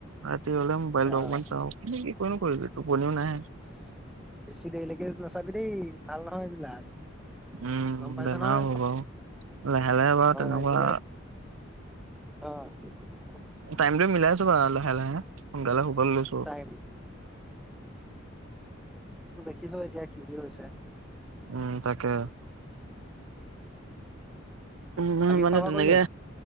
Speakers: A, on the right; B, in the centre.
A: ৰাতি হলে মোবাইলটো
B: আহ
A: অকমান চাওঁ
B: বেছি
A: কিন্তু কি কৰিনো কৰিবি টোপনিও নাহে
B: দেৰিলেকে নাচাবি দেই। ভাল নহয়, এইবিলাক।
A: উম
B: গম পাইছ
A: বেমাৰ
B: নহয়
A: হ'ব লাহে লাহে বাৰু
B: অ
A: তেনেকুৱা।
B: এইবিলাক অ'
A: টাইমটো মিলাই চবা লাহে লাহে সোনকালে সোবাল লৈছো
B: টাইম দেখিছয়ে এতিয়া কি, কি হৈছে।
A: উম তাকে। উম
B: বাকী
A: মন
B: খোৱা বোৱা
A: তেনেকে।
B: কৰিলি